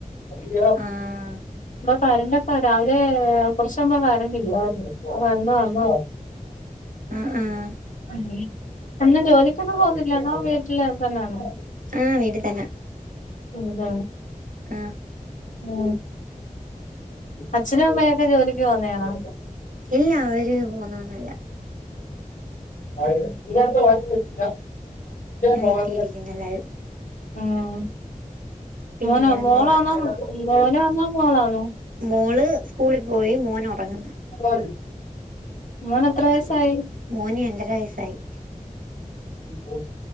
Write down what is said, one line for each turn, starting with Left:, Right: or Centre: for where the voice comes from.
Left: ഇ
Right: ആഹ്
Left: കരന്റെക്ക രാവിലെ കുറച്ച്പ കരണ്ടില്ല വന്ന വന്ന
Right: ആഹ ആഹ
Left: ഉ അന്ന് ജോലിക്കൊന്നും പോവന്നില്ലണോ വീട്ടില് തന്നെയാണോ
Right: ആഹ വീട് തന്നെ
Left: ഉം ഉം
Right: ആ
Left: ഉ അച്ഛനും അമ്മയൊക്കെ ജോലിക്ക് പോന്നതണോ
Right: ഇല്ല അവര് പോന്നന്നല്ല
Left: ഇ വക്കില്ല പോവാ
Right: വീട്ടിയിരിക്കുന്നു എല്ലാരും
Left: ഉം
Right: പിന്നെ
Left: മോനാ
Right: വേറെന്ത്
Left: മോള വന്നാ മോന വന്നാ മോളാന്നോ
Right: മോള് സ്കൂളിൽ പോയി മോന ഉറങ്ങുന്ന
Left: ആ മോൻ എത്ര വയസ്സായി
Right: മോന് രണ്ടര വയസ്സായി
Left: ഉ